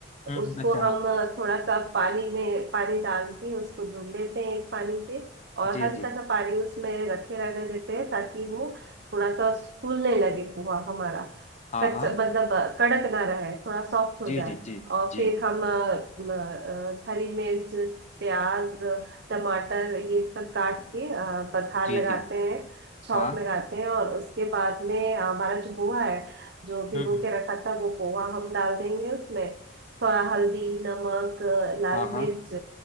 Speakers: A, on the left; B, on the right.
A: हम्म
B: उसको
A: हम्म, अच्छा
B: हम
A: हाँ
B: थोड़ा सा पानी में पानी डाल के उसको धुल लेते हैं एक पानी से और
A: जी
B: हल्का
A: जी
B: सा पानी उसमें रखे रहने देते हैं ताकि वो थोड़ा सा फूलने लगे पोहा हमारा
A: हाँ
B: कच्चा
A: हाँ
B: मतलब अ, कड़क ना रहे थोड़ा सॉफ्ट हो
A: जी
B: जाए
A: जी जी
B: और
A: जी
B: फिर हम अ, म, अ, हरी मिर्च प्याज टमाटर ये सब काट के अ, बघार
A: जी
B: लगाते
A: जी
B: हैं छौंक
A: हाँ
B: लगाते हैं और उसके बाद में हमारा जो पोहा है जो भिगो
A: हम्म हम्म,
B: के रखा था वो पोहा हम डाल देंगे उसमें थोड़ा हल्दी नमक अ, लाल
A: हाँ हाँ
B: मिर्च